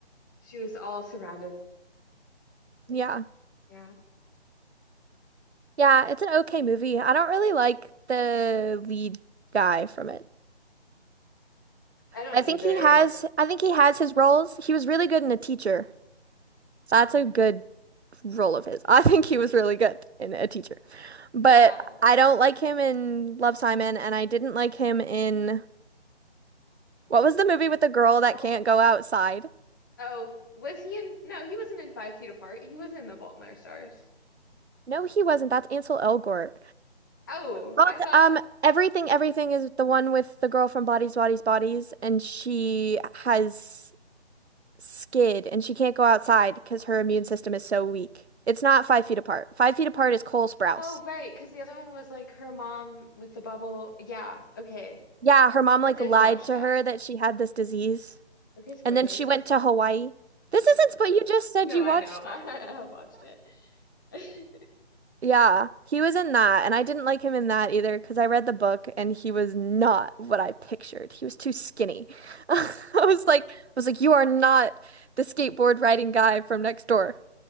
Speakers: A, on the left; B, on the right.
A: she was all surrounded with,
B: Yeah.
A: yeah.
B: Yeah, it's an okay movie. I don't really like the lead guy from it.
A: I don't
B: I think
A: either.
B: he has I think he has his roles. He was really good in A Teacher. That's a good role of his. <laughs> I think he was really good in A Teacher. But
A: Yeah.
B: I don't like him in Love Simon and I didn't like him in What was the movie with the girl
A: The fault.
B: that can't go outside?
A: Oh, was he in? No, he wasn't in Five Feet Apart. He was in The Fault in Our Stars.
B: No, he wasn't. That's Ansel Elgort.
A: Oh,
B: But
A: I thought.
B: um, everything, everything is the one with the girl from Bodies, Bodies, Bodies, and she has skid and she can't go outside because her immune system is so weak. It's not Five Feet Apart. Five Feet Apart is Cole Sprouse.
A: Oh, right. Because the other one was like her mom with the bubble. Yeah. Okay.
B: Yeah, her mom like
A: I did
B: lied
A: watch
B: to
A: that.
B: her that she had this disease,
A: Okay, spoilers.
B: and then she went to Hawaii. This
A: I did
B: isn't,
A: watch
B: but
A: that.
B: you just said
A: No,
B: you
A: I
B: watched
A: know. <laughs> I, have watched it. <laughs>
B: Yeah, he was in that, and I didn't like him in that either because I read the book and he was not what I pictured. He was too skinny. <laughs> I was like, I was like, you are not the skateboard riding guy from next door.